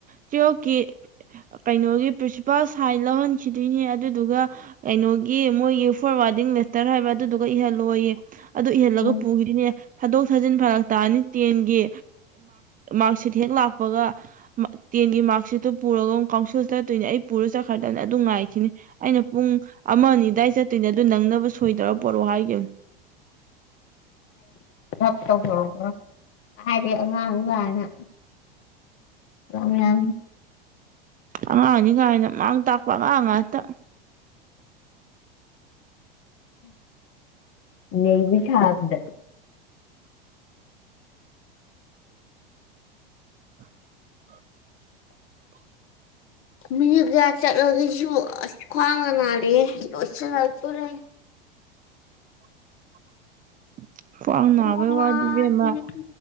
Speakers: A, on the right; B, on the left.
A: ꯇꯨꯋꯜꯐꯀꯤ ꯀꯩꯅꯣꯒꯤ ꯄ꯭ꯔꯤꯟꯁꯤꯄꯥꯜ ꯁꯥꯏ ꯂꯧꯍꯟꯈꯤꯗꯣꯏꯅꯤ ꯑꯗꯨꯗꯨꯒ ꯀꯩꯅꯣꯒꯤ ꯃꯣꯏꯒꯤ ꯐꯣꯔꯋꯥꯔꯗꯤꯡ ꯂꯦꯇꯔ ꯍꯥꯏꯕ꯭ꯔꯥ ꯑꯗꯨꯗꯨꯒ ꯏꯍꯜꯂꯣꯏ ꯌꯦ ꯑꯗꯨ ꯏꯍꯜꯂꯒ
B: ꯎꯝ
A: ꯄꯨꯈꯤꯗꯨꯅꯦ ꯊꯥꯗꯣꯛ ꯊꯥꯖꯤꯟ ꯐꯔꯛ ꯇꯥꯅꯤ ꯇꯦꯟꯒꯤ ꯃꯥꯔꯛ ꯁꯤꯠ ꯍꯦꯛ ꯂꯥꯛꯄꯒ ꯇꯦꯟꯒꯤ ꯃꯥꯔꯛ ꯁꯤꯠꯇꯨ ꯄꯨꯔꯒ ꯑꯃꯨꯛ ꯀꯥꯎꯟꯁꯤꯜ ꯆꯠꯇꯣꯏꯅꯦ ꯑꯩ ꯄꯨꯔ ꯆꯠꯈ꯭ꯔꯗꯕꯅꯤ ꯑꯗꯨ ꯉꯥꯏꯈꯤꯅꯦ ꯑꯩꯅ ꯄꯨꯡ ꯑꯃ ꯑꯅꯤ ꯑ ꯑꯗꯨꯋꯥꯏ ꯆꯠꯇꯣꯏꯅꯦ ꯑꯗꯨ ꯅꯪꯅꯕ ꯁꯣꯏꯗꯔ ꯄꯔꯣ ꯍꯥꯏ ꯍꯥꯏꯒ
B: ꯊꯞ ꯇꯧꯕꯧꯕ꯭ꯔꯣ ꯍꯥꯏꯗꯤ ꯑꯉꯥꯡꯒꯅ ꯑꯝꯝ ꯍ
A: ꯑꯉꯥꯡ ꯑꯅꯤ ꯀꯥꯏꯅ ꯃꯥꯡ ꯇꯥꯛꯄ ꯑꯉꯥꯡ ꯉꯥꯛꯇ
B: ꯅ ꯊꯥꯄꯗ
A: <inaudible>
B: ꯃꯤꯒ ꯆꯠꯂꯤꯒꯤꯁꯨ ꯑꯁꯤ ꯈꯨꯋꯥꯡꯒ ꯅꯥꯔꯤꯍꯦ ꯂꫭꯏꯁꯤꯜ ꯂꯛꯇꫭꯔꯦ
A: <inaudible> ꯄꯅꯕ
B: ꯀꯩꯅꯣꯃ
A: ꯋꯥꯗꯕꯃ
B: ꯁꯤꯗꯤ